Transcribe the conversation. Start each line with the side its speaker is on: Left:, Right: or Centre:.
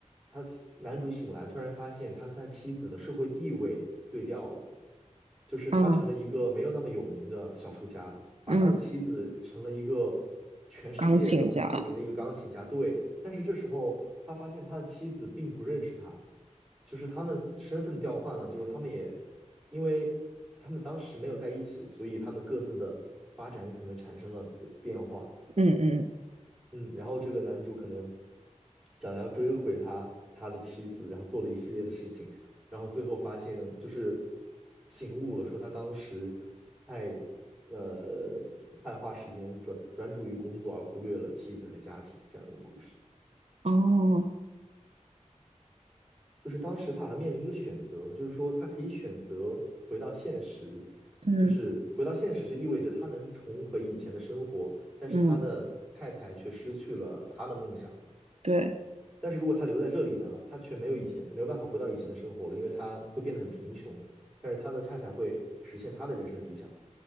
Centre: 他男主醒来，突然发现他和他妻子的社会地位对调了。就是他成了一个没有那么有名的小说家，
Right: 啊
Centre: 而他的妻子成了一个全世界都很著名的一个钢琴家。
Right: 嗯，钢琴家，
Centre: 对，但是这时候他发现他的妻子并不认识他，就是他们身份调换了，结果他们也因为他们当时没有在一起，所以他们各自的发展可能产生了变变化。
Right: 嗯嗯，
Centre: 嗯，然后这个男主可能想要追回他他的妻子，然后做了一系列的事情，然后最后发现就是醒悟了，说他当时太呃太花时间专专注于工作，而忽略了妻子和家庭这样的一个故事。
Right: 哦，
Centre: 就是当时他好像面临一个选择，就是说他可以选择回到现实，
Right: 嗯
Centre: 就是回到现实就意味着他能重回以前的生活，但是他的太太却失去了他的梦想。
Right: 嗯，对，
Centre: 但是如果他留在这里呢，他却没有以前没有办法回到以前的生活了，因为他会变得很贫穷。但是他的太太会实现他的人生理想，